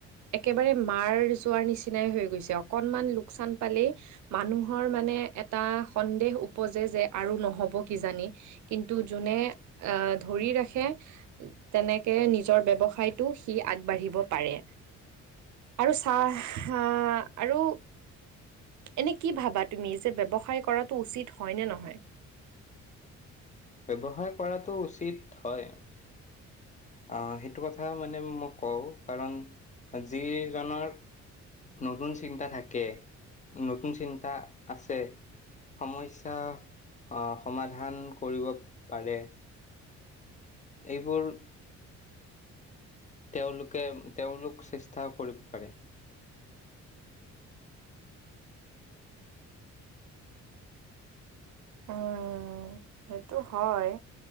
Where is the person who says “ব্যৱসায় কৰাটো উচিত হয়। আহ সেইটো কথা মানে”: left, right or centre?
Left